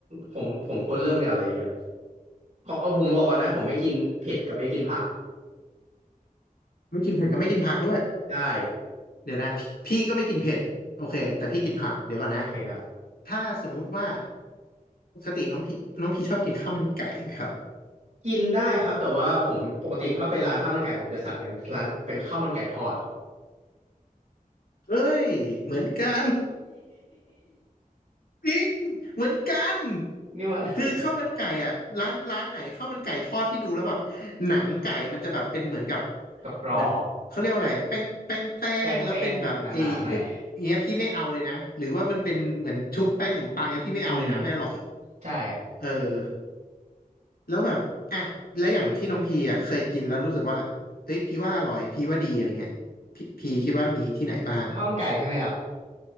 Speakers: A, on the right; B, on the left.
A: ผมผมควรเริ่มจากอะไรดีครับขอเอาผมบอกก่อนนะผมไม่กินเผ็ดกับไม่กินผัก
B: ไม่กินเผ็ดก็ไม่กินผักด้วย
A: ได้
B: เดี๋ยวนะพี่ก็ไม่กินเผ็ดโอเคแต่พี่กินผักเดี๋ยวก่อนนะ
A: โอเคครับ
B: ถ้าสมมุติว่าปกติน้องพี่น้องพี่ชอบกินข้าวมันไก่ไหมครับ
A: กินได้ครับแต่ว่าผมปกติถ้าไปร้านข้าวมันไก่ผมจะสั่งเป็นร้านเป็นข้าวมันไก่ทอด
B: เอ้ยเหมือนกัน จริงเหมือนกัน
A: <laughs> นี่มัน
B: คือข้าวมันไก่อ่ะร้านร้านไหนข้าวมันไก่ทอดที่ดูแล้วแบบหนังไก่มันจะแบบเป็นเหมือนกับ
A: <laughs> กรอบ
B: เหมือนเขาเรียกว่าอะไรอะแป้งแป้งแป้งแล้วเป็นแบบไอ้พวกเนี้ยพี่ไม่เอาเลยนะหรือว่ามันเป็นเหมือนชุบแป้งขนมปังเนี้ยพี่ไม่เอาเลยนะไม่อร่อย
A: ๆแป้งๆหนาๆหน่อยอืมใช่
B: เออแล้วแบบอ่ะแล้วอย่างที่น้องพีอ่ะเคยกินแล้วรู้สึกว่าเอ้ยพี่ว่าอร่อยพี่ว่าดีอะไรเงี้ยพี่พีคิดว่ามีที่ไหนบ้าง
A: ข้าวมันไก่ใช่ไหมครับ